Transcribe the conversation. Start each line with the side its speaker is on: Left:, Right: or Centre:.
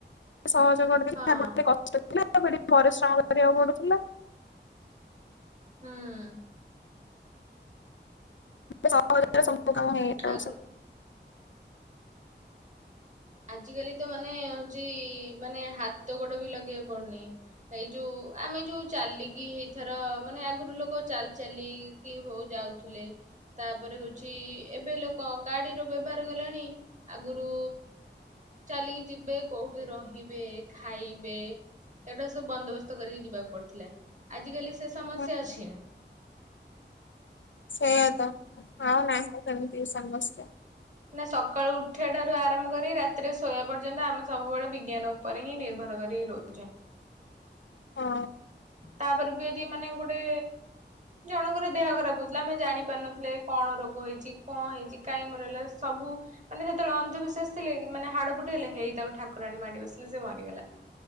Left: ସହଜ ଟିକେ
Right: ହଁ
Left: କଷ୍ଟ ଥିଲା ଟିକେ ପରିଶ୍ରମ କରିବାକୁ ପଡୁଥିଲା।
Right: ହୁଁ ହୁଁ ହୁଁ।
Left: ସହଜରେ ସବୁକାମ ହେଇଯାଉଛି।
Right: ଆଗୁ ଆଜିକାଲି ତ ମାନେ ହଉଛି ମାନେ ହାତ ଗୋଡ ବି ଲଗେଇବାକୁ ପଡୁନି। ଏଇ ଯୋଉ ଆମେ ଯୋଉ ଚାଲିକି ଏଇଥର ମାନେ ଆଗରୁ ଲୋକ ଚାଲି ଚାଲିକି ହଉ ଯାଉ। ଥିଲେ। ତାପରେ ହେଉଛି ଏବେ ଲୋକ ଗାଡ଼ିର ବ୍ୟବହାର କଲାଣି ଆଗରୁ। ଚାଲି ଯିବେ କୋଉଠି ରହିବେ ଖାଇବେ। ଏଇଟା ସବୁ ବନ୍ଦୋବସ୍ତ କରିକି ଯିବାକୁ ପଡଥିଲା ଆଜିିକାଲି ସେ ସମସ୍ୟା
Left: ହୁଁ
Right: ଅଛି ନା।
Left: ସେୟା ତ ଅଉ ନାହିଁ ସେମିତି ସମସ୍ୟା।
Right: ମାନ ସକାଳୁ ଉଠିବା ଠାରୁ ଆରମ୍ କରି ରାତିରେ ଶୋଇବା ପର୍ଯ୍ୟନ୍ତ ଆମେ ସବୁବେଳେ ବିଜ୍ଞାନ। ଉପରେ ହିଁ ନିର୍ଭର କରି ରହୁଚି।
Left: ହଁ।
Right: ତାପରେ ବି ଯଦି ମାନେ ଗୋଟେ। ଜଣଙ୍କର ଦେହ ଖରାପ ହଉଥିଲା ଆମେ ଜାଣିପାରୁନଥିଲେ କଣ ରୋଗ ହେଇଛି କଣ ହେଇଛି କାଇଁ ମରିଗଲା ସବୁ। ମାନେ ସେତେବେଳେ ଅନ୍ଧବିଶ୍ୱାସ ଥିଲେ କି ମାନେ ହାଡ଼ ଫୁଟି ହେଲେ ହେଇ ତାକୁ ଠାକୁରି ମାଡି ବସିଲେ ସେ ମରିଗଲା।